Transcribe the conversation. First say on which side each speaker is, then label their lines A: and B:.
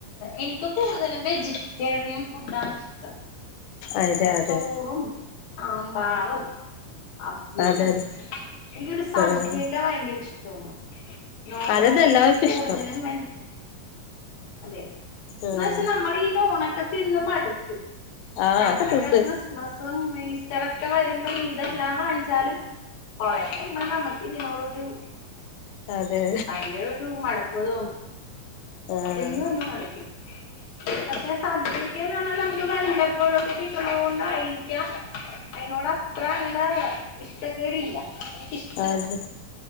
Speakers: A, on the left (about 65°); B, on the left (about 85°).
A: എനിക്ക് കൂടുതലും വെജിറ്റേറിയൻ ഫുഡാണ് ഇഷ്ടം.
B: അതെ
A: ആഹ്
B: അതെ
A: ചോറും ആമ്പാറും. അവിയലും
B: അതെ അതെ
A: എനിക്കൊരു സദ്യയൊക്കെ
B: ആഹ്
A: ഭയങ്കര ഇഷ്ടാണ്. നോണുനോട്‌
B: അതന്നെ എല്ലാവർക്കും
A: കൂടുതലും
B: ഇഷ്ടം
A: എനിക്ക്. അതെ
B: ആഹ്
A: എന്നുവെച്ചാൽ നമ്മളീ നോൺ ഒക്കെ തിന്ന് മടുക്കും.
B: ആഹ്
A: ഞങ്ങടെ
B: അതൊക്കെ
A: ഇവിടെ
B: തിന്ന്
A: ക്രിസ്മസും ഈസ്റ്റയൊക്കെ വരുമ്പോ ഇതെല്ലാം വാങ്ങിച്ചാലും. കൊറെയൊക്കെ ഇന്ന് നമുക്ക് നമുക്ക് ഇതിനോടൊരു ഒരു
B: അതെ
A: വലിയൊരു മടുപ്പ് തോന്നും.
B: ആഹ്
A: തിന്നു തിന്നു മടക്കും പക്ഷെ സദ്യ. സദ്യന്ന് പറഞ്ഞാൽ നമുക്ക് വല്ലപ്പോഴൊക്കെ കിട്ടണോണ്ടായിരിക്കാം. അയിനോട് അത്ര അങ്ങട് ഇഷ്ടക്കേടില്ല എനിക്കിഷ്
B: അതെ